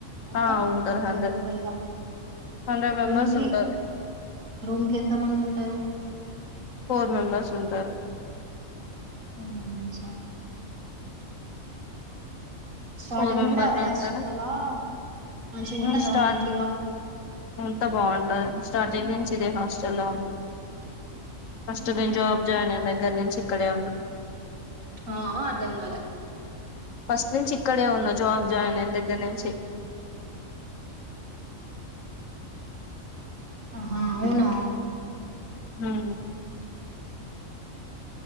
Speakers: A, on the right; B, on the left.
A: మొత్తం
B: ఆ ఉంటారు
A: మొత్తం
B: హండ్రెడ్
A: టోటల్గా
B: హండ్రెడ్ మెంబర్స్
A: రూమ్ కి
B: ఉంటారు
A: రూమ్ కి ఎంత మంది ఉంటారు.
B: ఫోర్ మెంబెర్స్ ఉంటారు
A: <unintelligible> మంత్స్ ఆ స్టార్టింగ్
B: ఫోర్ మెంబర్స్
A: నుండి అదే హాస్టల్
B: ఉంటారు
A: లా మంచిగా వుంటాద
B: ఉమ్, స్టార్ట్
A: నీట్గా
B: అంతా బాగుంటాది స్టార్టింగ్ నుంచి ఇదే హాస్టల్ లో ఉన్ ఫస్ట్ నేను జాబ్ జాయిన్ అయిన దగ్గర నుంచి ఇక్కడే ఉన్నా
A: ఆహా అర్ధం కాలే
B: ఫస్ట్ నుంచి ఇక్కడే ఉన్న జాబ్ జాయిన్ అయిన దగ్గర నుంచి
A: ఆహా అవునా
B: హ